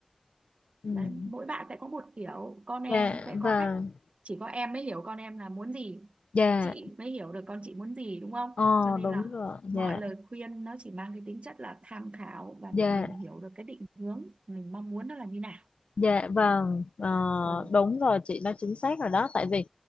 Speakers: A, on the left; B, on the right.
A: ừm,
B: đấy mỗi bạn sẽ có một kiểu con em
A: dạ
B: sẽ
A: vâng,
B: có cách chỉ có em mới hiểu con em là muốn gì
A: dạ,
B: chị mới hiểu được con chị muốn gì đúng không
A: ờ
B: cho nên
A: đúng
B: là
A: rồi,
B: mọi
A: dạ,
B: lời khuyên nó chỉ mang cái tính chất là tham khảo và để
A: dạ.
B: mình hiểu được cái định hướng mình mong muốn nó là như nào
A: Dạ vâng,
B: đó
A: ờ,
B: ừ
A: đúng rồi chị nói chính xác rồi đó tại vì